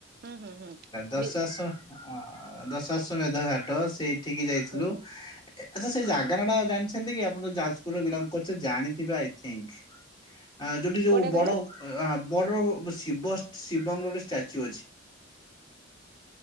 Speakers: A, on the right; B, on the left.
A: ହୁଁ ହୁଁ ହୁଁ
B: ଦଶାଶ
A: ବି
B: ହଁ। ଅ ଦଶାଶ ମେଧଘାଟ ସେଇଠିକି ଯାଇଥିଲୁ।
A: ହୁଁ
B: ଆଚ୍ଛା ସେ ଜାଗା ନା ଟା ଜାଣିଛନ୍ତି କି ଆପଣ ତ ଯାଜପୁରରେ ବିଲଙ୍ଗ କରୁଥୁବେ ଜାଣିଥିବେ ଆଇ ଥିଙ୍କ। ଆ ଯୋଉଠି ଯୋଉ
A: କୋଉଟା
B: ବଡ
A: କହିଲେ
B: ଆ ବଡ ଶିବ ଶିବଙ୍କର ଗୋଟେ ଷ୍ଟାଚ୍ୟୁ ଅଛି।